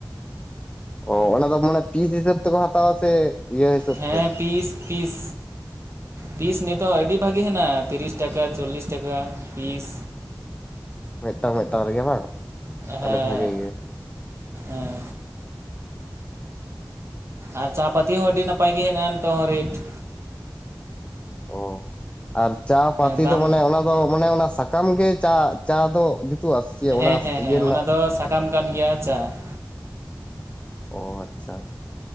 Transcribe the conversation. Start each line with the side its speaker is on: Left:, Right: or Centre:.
Left: ᱚ ᱚᱱᱟ ᱫᱚ ᱢᱟᱱᱮ ᱯᱤᱥ ᱦᱤᱥᱟᱹᱵ ᱛᱮᱠᱚ ᱦᱟᱛᱟᱣᱟ ᱥᱮ ᱤᱭᱟᱹ ᱦᱤᱥᱟᱹᱵ
Right: ᱦᱮᱸ
Left: ᱛᱮ
Right: ᱯᱤᱥ ᱯᱤᱥ ᱯᱤᱥ ᱱᱤᱛᱚᱜ ᱟᱹᱰᱤ ᱵᱷᱟᱹᱜᱤ ᱦᱮᱱᱟᱜᱼᱟ ᱛᱤᱨᱤᱥ ᱴᱟᱠᱟ ᱪᱚᱞᱞᱤᱥ ᱴᱟᱠᱟ ᱯᱤᱥ,
Left: ᱢᱮᱴᱟᱝ ᱢᱮᱴᱟᱝ ᱨᱮᱜᱮ ᱵᱟᱝ
Right: ᱦᱮᱸ
Left: ᱛᱟᱦᱞᱮ ᱵᱷᱟᱜᱮ ᱜᱮ
Right: ᱮᱸ ᱟᱨ ᱪᱟᱯᱟᱹᱛᱤ ᱦᱚᱸ ᱟᱹᱰᱤ ᱱᱟᱯᱟᱭ ᱜᱮ ᱦᱮᱱᱟᱜ-ᱟ ᱱᱤᱛᱚᱜ ᱦᱚᱸ ᱨᱮᱴ ᱾
Left: ᱚ ᱟᱨ ᱪᱟ ᱯᱟᱹᱛᱤ
Right: ᱫᱟᱢ
Left: ᱫᱚ ᱢᱟᱱᱮ ᱚᱱᱟ ᱫᱚ ᱢᱟᱱᱮ ᱚᱱᱟ ᱥᱟᱠᱟᱢ ᱜᱮ ᱪᱟ ᱪᱟ ᱫᱚ ᱡᱩᱛᱩᱜᱼᱟ? ᱥᱮ ᱪᱮ ᱚᱱᱟ
Right: ᱦᱮᱸ ᱦᱮᱸ
Left: ᱤᱭᱟᱹ
Right: ᱦᱮᱸ
Left: ᱨᱮᱱᱟᱜ
Right: ᱚᱱᱟ ᱫᱚ ᱥᱟᱠᱟᱢ ᱠᱟᱱ ᱜᱮᱭᱟ ᱪᱟᱟ ᱾
Left: ᱚ ᱟᱪᱪᱷᱟ ᱾